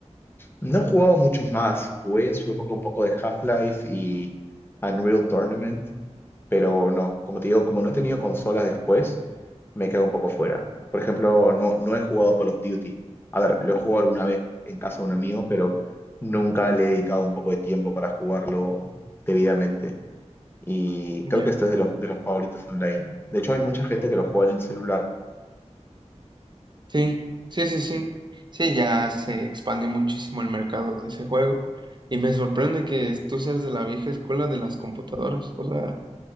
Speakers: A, on the left (about 20°); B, on the right (about 40°).
A: No he jugado muchos más. Jugué en su época un poco de Half-Life y Unreal Tournament, Pero no, como te digo, como no he tenido consolas después, me quedo un poco fuera. Por ejemplo, no, no he jugado Call of Duty. A ver, lo he jugado alguna vez en casa de un amigo, pero nunca le he dedicado un poco de tiempo para jugarlo debidamente. Y
B: Ya.
A: creo que este es de los, de los favoritos online. De hecho, hay mucha gente que lo juega en el celular.
B: Sí, sí, sí, sí. Sí, ya se expandió muchísimo el mercado de ese juego. Y me sorprende que tú seas de la vieja escuela de las computadoras. O sea,